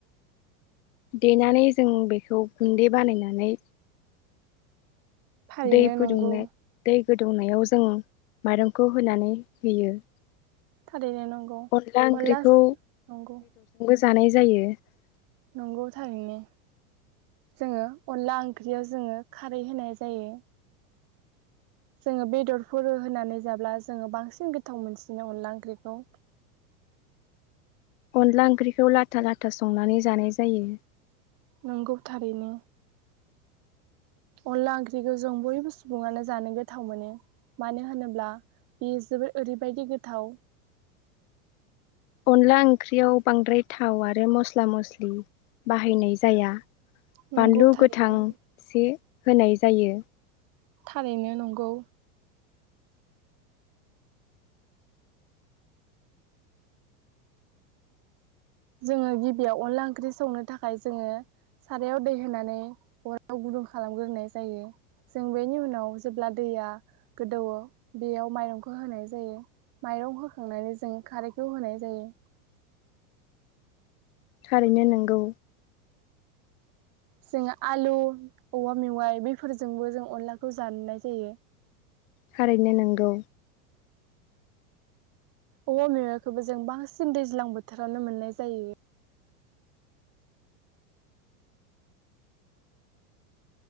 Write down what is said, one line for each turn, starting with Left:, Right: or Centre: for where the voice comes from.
Left: देनानै जों बेखौ गुन्दै बानायनानै
Right: फारैनो
Left: दै फुदुंनो
Right: नंगौ।
Left: दै गोदौनायाव जों माइरंखौ होनानै होयो।
Right: थारैनो नांगौ
Left: अनला ओंख्रिखौ
Right: अनलास नंगौ।
Left: <unintelligible>
Right: नंगौ थारै नो। जोंङो अनला ओंख्रियाव जोङो खारै होनाय जायो। जोंङो बेदरफोर होनानै जाब्ला जोङो बांसिन गोथाव मोनसिनो अनला ओंख्रिखौ।
Left: अनला ओंख्रिखौ लाथा लाथा संनानै जानाय जायो।
Right: नंगौ थारैनो अनला ओंख्रिखौ जों बयबो सुबुङानो जानो गोथाव मोनो। मानो होनोब्ला बे जबोर ओरैबायदि गोथाव
Left: अनला ओंख्रियाव बांद्राय थाव आरो मस्ला मस्लि बाहायनाय जाया।
Right: नंगौ
Left: बानलु
Right: थारैनो
Left: गोथांसे होनाय जायो।
Right: थारैनो नंगौ। जोङो गिबियाव अनला ओंख्रि संनो थाखाय जोङो सारायाव दै होनानै अराव गुदुं खालामग्रोनाय जायो। जों बेनि उनाव जेब्ला दैया गोदौवो बेयाव माइरंखौ होनाय जायो माइरं होखांनानै जों खारैखौ होनाय जायो।
Left: थारैनो नोंगौ।
Right: जों आलु औवा मेवा। इ बैफोरजोंबो जों अनलाखौ जानोनाय जायो।
Left: खारैनो नांगौ।
Right: औवा मेवाइखौबो जों बांसिन दैज्लां बोथोरावनो मोननाय जायो।